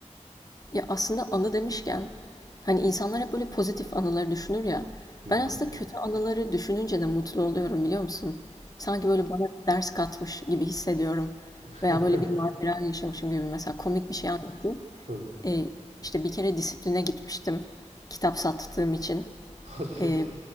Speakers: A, on the left; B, on the right.
A: Ya aslında anı demişken hani insanlar hep böyle pozitif anıları düşünür ya.
B: Hı
A: Ben
B: hı.
A: aslında kötü anıları düşününce de mutlu oluyorum biliyor musun? Sanki böyle bana ders katmış gibi hissediyorum.
B: <laughs>
A: Veya böyle bir macera yaşamışım gibi mesela komik bir şey anlatayım.
B: Hı.
A: Ee, işte bir kere disipline gitmiştim kitap sattığım için.
B: Hadi
A: Ee,
B: ya.